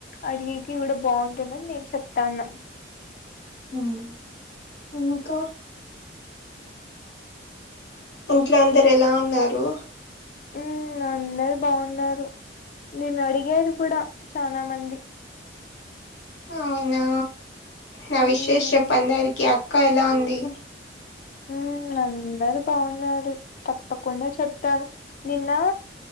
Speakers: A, on the left; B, on the left.
A: అడిగేకి కూడా బాగుంటుందని నేను చెప్తాన్నా
B: హమ్ ఇంకా ఇంట్లో అందరు ఎలా ఉన్నారు
A: హమ్ అందరు బాగున్నారు నిన్ను అడిగారు కూడా చాన మంది
B: అవునా నా
A: మ్మ్
B: విషేస్ చెప్పు అందరికి అక్క ఎలా ఉంది
A: మ్మ్ అందరు బాగున్నారు తప్పకుండా చెప్తాను నిన్న